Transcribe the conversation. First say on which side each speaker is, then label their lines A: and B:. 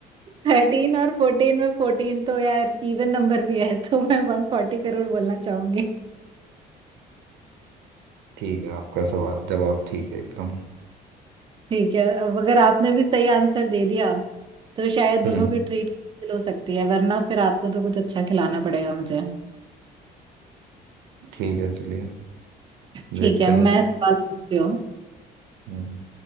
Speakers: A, on the right (about 30°); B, on the right (about 85°).
A: थर्टीन और फोर्टीन में फोर्टीन तो यार इवन नंबर भी है तो मैं वन फोर्टी करोड़ बोलना चाहूंगी
B: ठीक है आपका सवाल जवाब ठीक है एकदम
A: ठीक है अब अगर आपने भी सही आंसर दे दिया तो शायद दोनों
B: हम्म
A: की ट्रीट कैंसिल हो सकती है वरना फिर आपको तो कुछ अच्छा खिलाना पड़ेगा मुझे
B: ठीक है चलिए
A: ठीक
B: देखते
A: है
B: हैं
A: मैं सवाल पूछती
B: हम्म